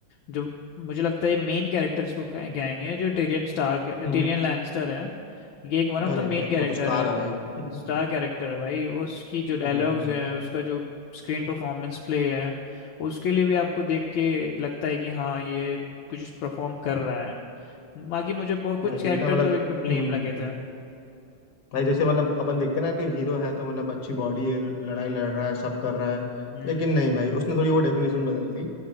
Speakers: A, on the left; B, on the left.
A: जो मुझे लगता है ये मेन कैरेक्टर इसको कह- कहेंगे जो टेरियन स्टार टेरियन
B: हम्म हम्म,
A: लैनिस्टर है ये एक one of
B: अरे
A: the main
B: भाई
A: character
B: वो तो स्टार
A: है
B: है भाई <laughs>
A: स्टार कैरेक्टर है भाई वो उसकी जो
B: हम्म
A: डायलॉग्स
B: हम्म,
A: है उसका जो स्क्रीन परफॉर्मेंस प्ले है उसके लिए भी आपको देख के लगता है कि हाँ ये कुछ परफॉर्म कर रहा है बाकी मुझे बहुत कुछ
B: भाई वही
A: कैरेक्टर
B: ना मतलब
A: तो एकदम लेम
B: हम्म
A: लगे थे
B: भाई जैसे मतलब अपन देखते ना कि हीरो है तो मतलब अच्छी बॉडी है लड़ाई लड़ रहा है सब कर रहा है
A: हम्म
B: लेकिन नहीं भाई उसने थोड़ी वो डेफिनेशन बदल दी